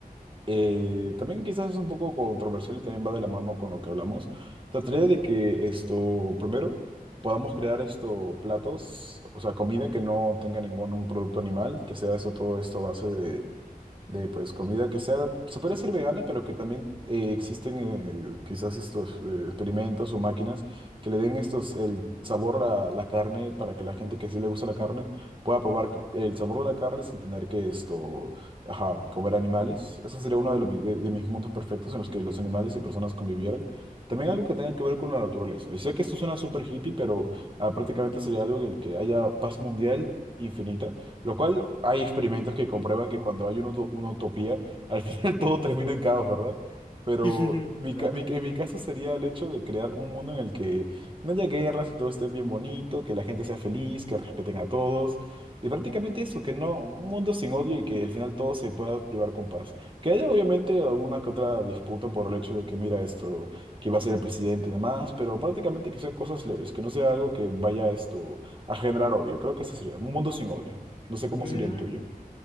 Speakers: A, on the right; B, on the left.
A: Eh, también quizás es un poco controversial y también va de la mano con lo que hablamos. Trataría de que esto, primero, podamos crear esto platos, o sea, comida que no tenga ningún un producto animal, que sea esto todo esto a base de de pues comida que sea, se puede decir vegana, pero que también eh, existen eh, quizás estos eh, experimentos o máquinas que le den estos el sabor a la carne para que la gente que sí le gusta la carne pueda probar el sabor de la carne sin tener que esto, ajá, comer animales. Eso sería uno de, lo mi- de- de mis mundos perfectos en los que los animales y personas convivieran. También algo que tenga que ver con la naturaleza. Y sé que esto suena súper hippie, pero ah, prácticamente sería algo en el que haya paz mundial infinita lo cual hay experimentos que comprueban que cuando hay una, uto- una utopía, al <laughs> final todo termina en caos, ¿verdad? Pero
B: Mm,
A: mi,
B: claro.
A: ca- mi- en mi caso sería el hecho de crear un mundo en el que no haya guerras y todo esté bien bonito, que la gente sea feliz, que respeten a todos. Y prácticamente eso, que no, un mundo sin odio y que al final todo se pueda llevar con paz. Que haya obviamente alguna que otra disputa por el hecho de que mira esto, que va a ser el presidente y demás, pero prácticamente que sean cosas leves, que no sea algo que vaya esto a generar odio. Creo que ese sería un mundo sin odio. No sé cómo
B: Mm,
A: sería el tuyo.